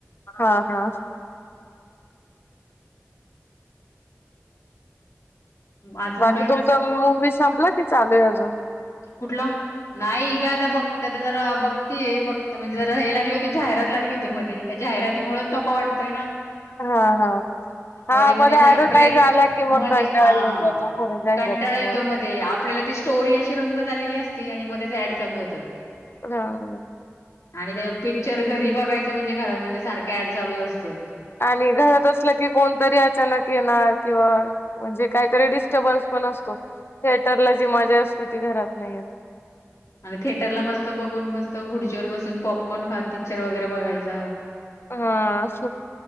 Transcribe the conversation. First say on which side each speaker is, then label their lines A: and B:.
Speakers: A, on the left; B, on the left.
A: हा हा.
B: अजून
A: बाकी
B: काय
A: तुमचा मूवी संपला की चालूय अजून
B: कुठला नाई काय आता बघ <unintelligible> जरा बघतीय बघत म्हणजे जरा हे लागली होती जाहिरात लागली होते मध्ये त्या जाहिरातीमुळेच नको वाटतय ना.
A: हा हा हा
B: मध्ये मध्ये ज्या
A: ऍडव्हटाईज
B: ब्रेक
A: आला की मग
B: मध्ये
A: कंटाळा
B: अ
A: येऊन जातो खरं जाहिरातीमुळे
B: कंटाळा येतो मध्ये आपल्याल ती स्टोरी अशी रंगत आलेली असती आणि मध्येच अँड चालू होत्यात.
A: हं.
B: आणि ते पिक्चर घरी बघायचं म्हणजे घरात म्हणजे सारखे ऍड चालूचं असत्यात.
A: आणि घरात असलं की कोणतरी अचानक येणार किंवा म्हणजे कायतरी डिस्टर्बन्स पण असतो थेटरला जी मजा असते ती घरात नाइ येत.
B: आणि थेटरला मस्त बघून मस्त खुडचीवर बसून पॉपकॉर्न खात पिक्चर वगरे बघायचा.
A: हा आ.